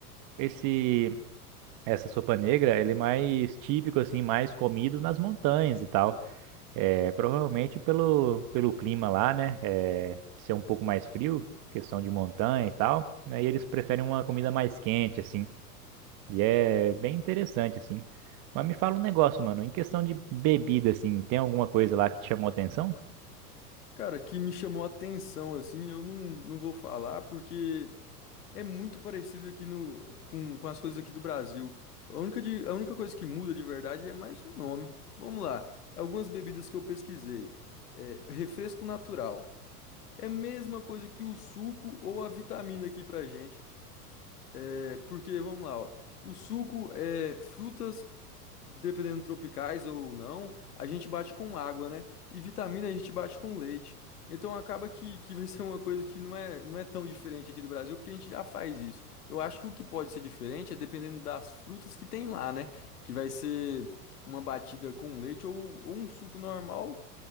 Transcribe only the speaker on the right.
esse Essa sopa negra, ele é mais típico, assim, mais comido nas montanhas e tal. É, provavelmente pelo, pelo clima lá, né? É, ser um pouco mais frio, questão de montanha e tal. Aí eles preferem uma comida mais quente, assim. E é bem interessante, assim. Mas me fala um negócio, mano. Em questão de bebida, assim, tem alguma coisa lá que te chamou atenção?